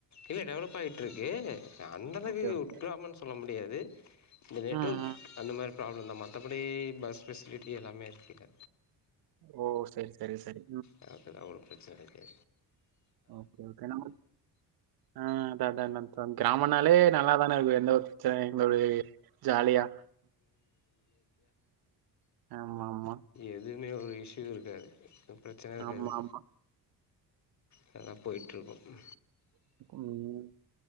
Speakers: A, on the left; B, on the right.
A: இல்ல டெவலப்பாய்ட்ருக்கு அந்த அளவுக்கு
B: ஓகே ஓகே
A: உட்கிராமனு சொல்ல முடியாது <inaudible> இந்த நெட்
B: ம்
A: ஒர்க்
B: ம்.
A: அந்த மாரி ப்ராப்லம் தா மத்தபடி பஸ் ஃபெசிலிட்டி எல்லாமே இருக்குது
B: ஓ செரி செரி செரி
A: எனக்குதா அவ்ளோ பிரச்சன இருக்கு
B: ஓகே ஓகே ணா ஆ அதா அதா ணா கிராமனாலே நல்லா தான இருக்கு <unintelligible> ஜாலியா ஆ ஆமா ஆமா
A: எது <unintelligible> ஒரு இஷ்ஷு இருக்காது பிரச்சனை இருக்காது
B: ஆமா ஆமா
A: அதெல்லாம் போயிட்டுருக்கும்
B: ம்